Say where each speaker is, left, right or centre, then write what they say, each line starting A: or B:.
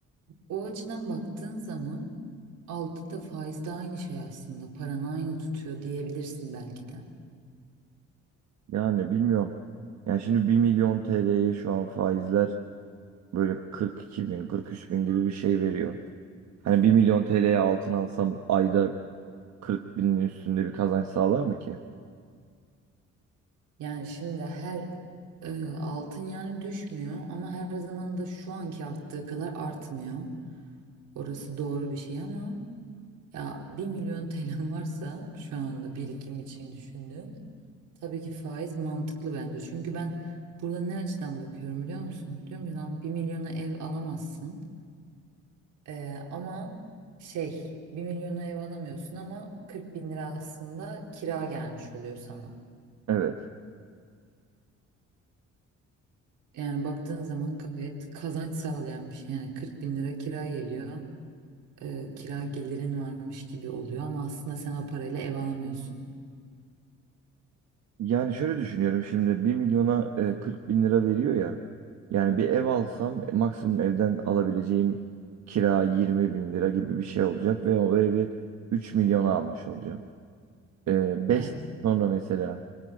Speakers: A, on the right; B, on the right.
A: o açıdan baktığın zaman altı da faiz de aynı şey aslında. Paranı aynı tutuyor diyebilirsin belki de.
B: Yani bilmiyorum. Yani şimdi bir milyon TL'ye şu an faizler böyle 42 bin, 43 bin gibi bir şey veriyor. Hani bir milyon TL'ye altın alsam ayda 40 binin üstünde bir kazanç sağlar mı ki?
A: Yani şimdi her e, altın yani düşmüyor ama her zaman da şu anki arttığı kadar artmıyor. Orası doğru bir şey ama ya bir milyon TL'm varsa şu anda birikim için düşündüğün Tabii ki faiz mantıklı bence. Çünkü ben burada ne açıdan bakıyorum biliyor musun? Diyorum ki lan bir milyona ev alamazsın. Ee, ama şey bir milyona ev alamıyorsun ama 40 bin lira aslında kira gelmiş oluyor sana.
B: Evet.
A: Yani baktığın zaman gayet kazanç sağlayan bir şey. Yani 40 bin lira kira geliyor. Ee, kira gelirin varmış gibi oluyor ama aslında sen o parayla ev alamıyorsun.
B: Yani şöyle düşünüyorum şimdi bir milyona e, 40 bin lira veriyor ya. Yani bir ev alsam e, maksimum evden alabileceğim kira 20 bin lira gibi bir şey olacak ve o evi 3 milyona almış olacağım. E, 5
A: Evet.
B: sonra mesela